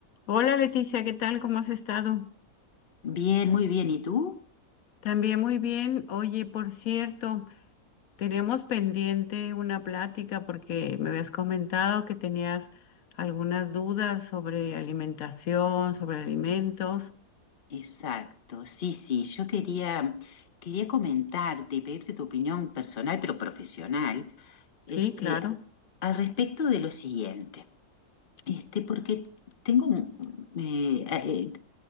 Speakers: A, on the left; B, on the left.
A: Hola Leticia, ¿qué tal? ¿Cómo has estado?
B: Bien, muy bien. ¿Y tú?
A: También muy bien. Oye, por cierto, teníamos pendiente una plática porque me habías comentado que tenías algunas dudas sobre alimentación, sobre alimentos.
B: Exacto, sí, sí, yo quería, quería comentarte, pedirte tu opinión personal, pero profesional,
A: Sí,
B: este,
A: claro.
B: al respecto de lo siguiente, este, porque tengo un, eh, a eh,